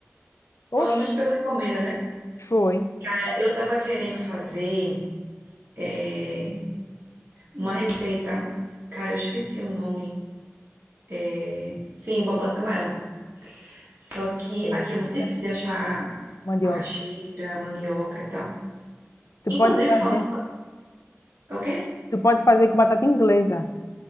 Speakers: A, on the right; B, on the left.
A: Pelo
B: Oxe,
A: menos pegou a encomenda, né?
B: foi.
A: É, Eu tava querendo fazer é, uma receita. Cara, eu esqueci o nome. É, sim, bobó do camarão. Só que
B: É,
A: aqui é muito difícil de achar
B: mandioca.
A: macaxeira, mandioca e tal.
B: Tu
A: Inclusive,
B: pode fazer,
A: falam É O quê?
B: tu pode fazer com batata inglesa.